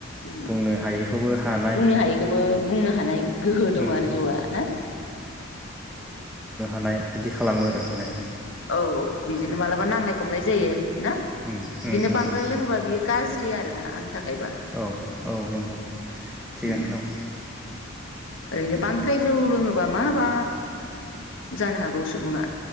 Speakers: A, on the left; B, in the centre.
A: ओम
B: बुंनो हायैखौबो हानाय
A: बुंनो हायैखौबो बुंनो हानाय गोहो
B: उम
A: दं आरो जौआ ना
B: मानाय बिदि खालामो आरो माने
A: औ बिदिनो मालाबा नांलाय खमलाय जायो ना
B: उम उम
A: बिदिनो
B: उम
A: बांद्राय
B: नंगौ
A: लोङोबा बियो गाज्रि आरोना आंनि थाखायबा
B: औ औ नंगौ थिगानो
A: उम
B: दं
A: ओरैनो बांद्राय जौ लोङोबा मा मा जानो हागौ सुबुङा